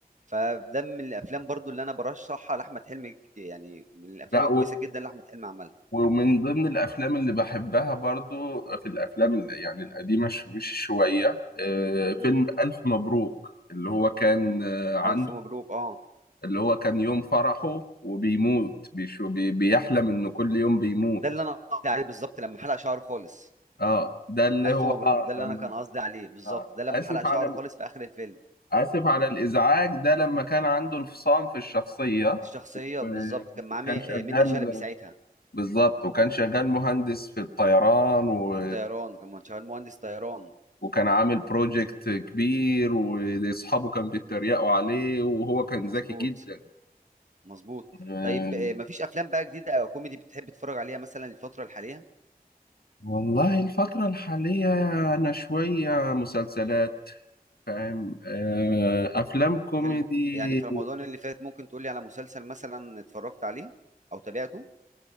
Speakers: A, on the right; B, on the left.
A: فده من الافلام برضو اللي انا برشحها لاحمد حلمي كتير يعني من الافلام
B: لا
A: الكويسه جدا اللي احمد حلمي عملها
B: ومن ضمن الافلام اللي بحبها برضو في الافلام اللي يعني القديمه ش- مش شويه آه، فيلم
A: امم
B: الف مبروك اللي هو كان آه، عنده
A: الف مبروك اه
B: اللي هو كان يوم فرحه وبيموت بيش- بي- بيحلم انه كل يوم بيموت
A: ده اللي انا قصدي عليه بالظبط لما حلق شعره خالص
B: اه ده اللي
A: الف
B: هو
A: مبروك
B: اه
A: ده اللي
B: لما
A: انا كان قصدي عليه بالظبط
B: آه
A: ده لما
B: اسف
A: حلق شعره
B: على ال-
A: خالص في اخر الفيلم
B: اسف على الازعاج ده لما كان عنده انفصام في الشخصيه
A: الشخصيه بالظبط
B: آه،
A: كان معاه
B: وكان
A: مي-
B: شغال
A: آه، منة شلبي ساعتها
B: بالظبط وكان شغال مهندس في الطيران و
A: في الطيران كان شغال مهندس طيران
B: وكان عامل بروجكت كبير واصحابه كان بيتريقوا عليه وهو كان
A: مظبوط
B: ذكي جدا
A: مظبوط
B: آه،
A: طيب آه، مفيش افلام بقى جديده او كوميدي بتحب تتفرج عليها مثلا الفتره الحاليه
B: والله الفترة الحالية انا شوية مسلسلات فاهم آه، افلام كوميدي
A: حلو يعني في رمضان اللي فات ممكن تقولي على مسلسل مثلا اتفرجت عليه او تابعته